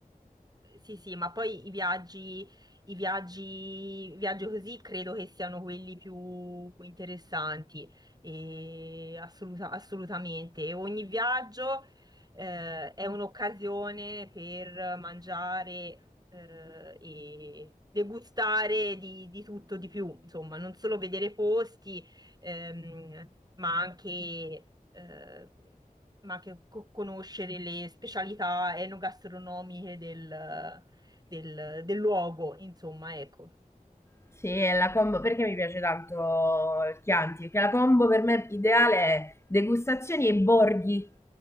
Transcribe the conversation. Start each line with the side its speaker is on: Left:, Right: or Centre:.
Right: Sì, sì, ma poi i viaggi, i viaggi, i viaggi così credo che siano quelli più interessanti, e assoluta- assolutamente. E ogni viaggio eh, è un'occasione per mangiare eh, e degustare di, di tutto, di più, insomma, non solo vedere posti, ehm, ma anche, eh, ma anche co- conoscere le specialità enogastronomiche del, del- del luogo, insomma, ecco.
Left: Sì, è la combo perché mi piace tanto il Chianti, perché la combo per me ideale è degustazioni e borghi.